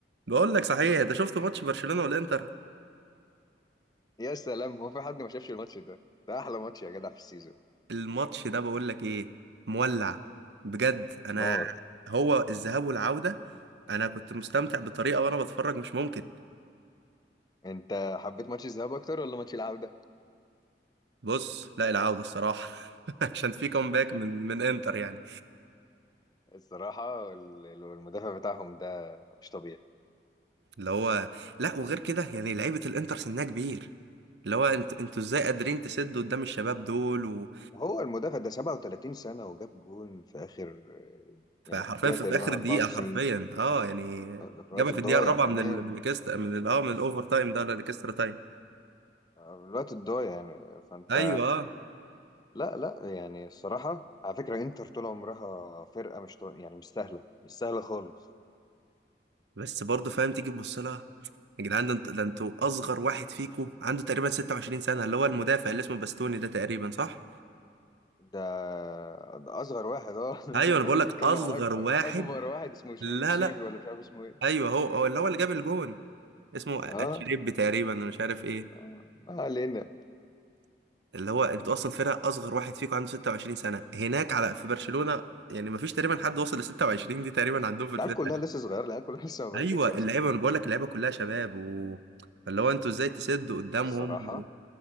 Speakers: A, on the right; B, on the left.
A: بقول لك صحيح انت شفت ماتش برشلونة والانتر
B: يا سلام هو في حد ما شافش الماتش ده ده احلى ماتش يا جدع في السيزون
A: الماتش ده بقول لك ايه مولع بجد انا
B: نار
A: هو الذهاب والعودة انا كنت مستمتع بطريقة وانا بتفرج مش ممكن
B: انت حبيت ماتش الذهاب اكتر ولا ماتش العودة
A: بص لا العودة الصراحة <laughs> عشان في كومباك
B: <laughs>
A: من من انتر يعني
B: الصراحة ال- ال- المدافع بتاعهم ده مش طبيعي
A: اللي هو لا وغير كده يعني لعيبة الانتر سنها كبير اللي هو انت انتوا ازاي قادرين تسدوا قدام الشباب دول و...
B: هو المدافع ده 37 سنة وجاب جون في آخر
A: فحرفيا
B: يعني في الدقيقة
A: في,
B: تقريبا
A: في اخر دقيقه
B: 94
A: حرفيا اه يعني
B: ده في الوقت
A: جابها
B: الضايع
A: في الدقيقه الرابعه
B: كمان
A: من ال... من الاكسترا من ال... اه من الاوفر تايم ده ولا الاكسترا تايم
B: آه، الوقت الضايع يعني فأنت
A: ايوه آه.
B: لا لا يعني الصراحة على فكرة إنتر طول عمرها فرقة مش طو... يعني مش سهلة مش سهلة خالص
A: بس برضه فاهم تيجي تبص لها يا جدعان ده انت- ده انتوا اصغر واحد فيكم عنده تقريبا 26 سنه اللي هو المدافع اللي اسمه باستوني ده تقريبا صح
B: ده ده اصغر واحد اه <laughs>
A: ايوه
B: لما
A: انا بقول
B: زي بتتكلم
A: لك اصغر
B: على أك-
A: واحد
B: اكبر واحد اسمه شنو
A: لا
B: تشيبي
A: لا
B: ولا مش عارف اسمه ايه
A: ايوه هو هو اللي هو اللي جاب الجون اسمه اتشريب
B: اه
A: تقريبا انا مش عارف ايه
B: آه، ما علينا
A: اللي هو انتوا اصلا فرقه اصغر واحد فيكم عنده 26 سنه هناك على في برشلونه يعني ما فيش تقريبا حد وصل ل 26 دي تقريبا عندهم في
B: العيال
A: الفرقه
B: كلها لسه صغيره العيال كلها لسه ما بلغتش
A: ايوه
B: اصلا
A: اللعيبه انا بقول لك اللعيبه كلها شباب و... فاللي هو انتوا ازاي تسدوا
B: <laughs>
A: قدامهم
B: الصراحه
A: و...